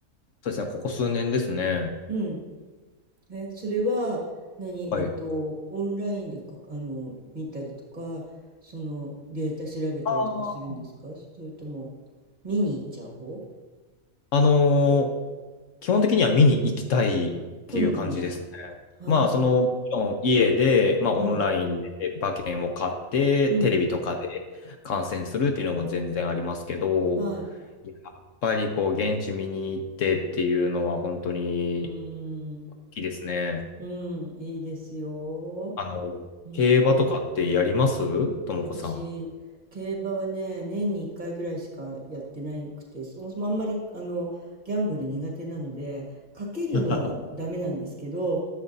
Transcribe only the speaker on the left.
そうですね、ここ数年ですね。
はい。
あー
あの基本的には見に行きたいっていう感じですね。
まあ、
その、もちろん家で、まあ、オンラインで馬券を買って、
テレビとかで観戦するっていうのも全然ありますけど、
やっぱりこう、現地見に行ってっていうのは本当に
好きですね。
あの、
競馬とかってやりますともこさん。
<laughs>